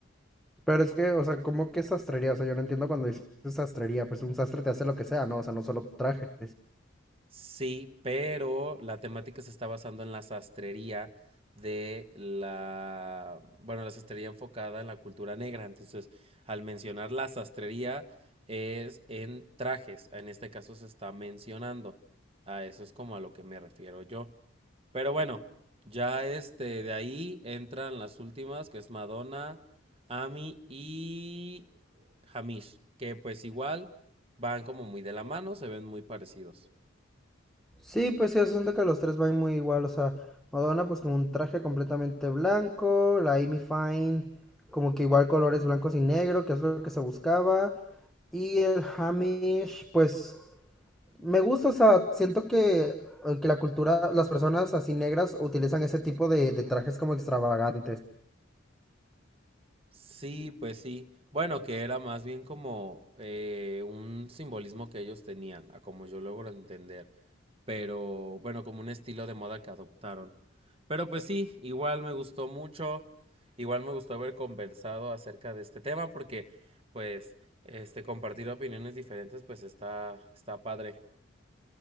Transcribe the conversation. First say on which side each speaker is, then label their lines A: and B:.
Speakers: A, in the centre; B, on the right.
A: Pero es que, o sea, ¿cómo que sastrería? O sea, yo no entiendo cuando dices sastrería. Pues un sastre te hace lo que sea, ¿no? O sea, no solo trajes.
B: Sí, pero la temática se está basando en la sastrería de la, bueno, la sastrería enfocada en la cultura negra. Entonces, al mencionar la sastrería es en trajes. En este caso se está mencionando. A eso es como a lo que me refiero yo. Pero bueno, ya este, de ahí entran las últimas, que es Madonna, Ami y Hamish, que pues igual van como muy de la mano, se ven muy parecidos.
A: Sí, pues sí, yo siento que los tres van muy igual, o sea, Madonna pues con un traje completamente blanco, la Amy Fine como que igual colores blancos y negro, que es lo que se buscaba, y el Hamish pues me gusta, o sea, siento que, eh, que la cultura, las personas así negras utilizan ese tipo de, de trajes como extravagantes.
B: Sí, pues sí. Bueno, que era más bien como eh, un simbolismo que ellos tenían, a como yo logro entender. Pero bueno, como un estilo de moda que adoptaron. Pero pues sí, igual me gustó mucho. Igual me gustó haber conversado acerca de este tema porque, pues, este, compartir opiniones diferentes, pues está, está padre.